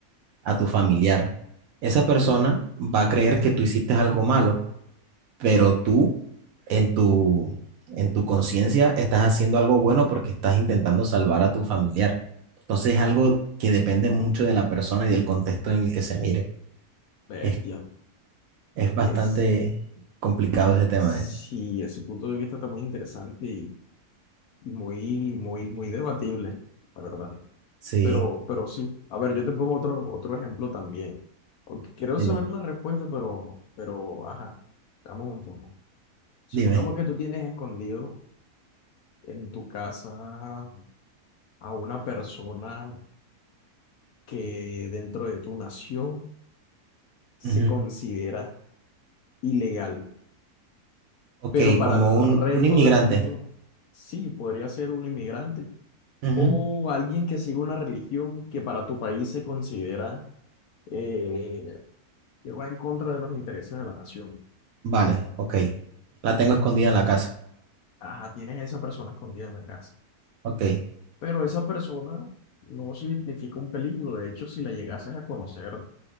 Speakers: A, on the right; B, on the left.
A: a tu familiar. Esa persona va a creer que tú hiciste algo malo, pero tú en tu, en tu conciencia estás haciendo algo bueno porque estás intentando salvar a tu familiar. Entonces es algo que depende mucho de la persona y del contexto en el que se mire.
B: bestia,
A: Es, es bastante
B: es,
A: complicado ese tema,
B: sí,
A: ¿eh?
B: ese punto de vista está muy interesante y, y muy, muy, muy debatible, la verdad.
A: Sí,
B: Pero, pero sí, a ver, yo te pongo otro, otro ejemplo también. Aunque quiero
A: dime,
B: saber la respuesta, pero, pero, ajá, veamos un poco. Supongamos
A: dime.
B: que tú tienes escondido en tu casa a una persona que dentro de tu nación se
A: Ujú.
B: considera ilegal,
A: Ok,
B: pero para
A: como
B: el resto
A: un, un inmigrante.
B: del mundo sí, podría ser un inmigrante
A: Ujú.
B: o alguien que siga una religión que para tu país se considera eh, que va en contra de los intereses de la nación.
A: Vale, ok. La tengo escondida en la casa.
B: Ajá, tienes a esa persona escondida en la casa,
A: Ok.
B: pero esa persona no significa un peligro. De hecho, si la llegases a conocer,